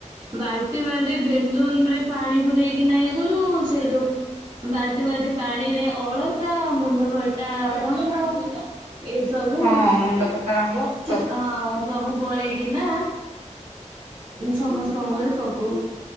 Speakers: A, on the right; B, on the right.
A: ବାଲ୍ଟି ବାଲ୍ଟି ବେଲୁନ୍ ‌ରେ ପାଣି ପୁରେଇକି ନା ଇଏ କରୁ ସେଇ ଯୋଉ। ବାଲ୍ଟି ବାଲ୍ଟି ପାଣିରେ ଅଳତା ମୁଣ୍ଡ ଫଟା ରଙ୍ଗ। ଏହିସବୁ
B: ହଁ
A: ହଁ।
B: ମୁଣ୍ଡ ଫଟା ରଙ୍ଗ ସବୁ
A: ସବୁ ଗୋଳେଇକି ନା ସମସ୍ତଙ୍କ ଘରେ ପକଉ।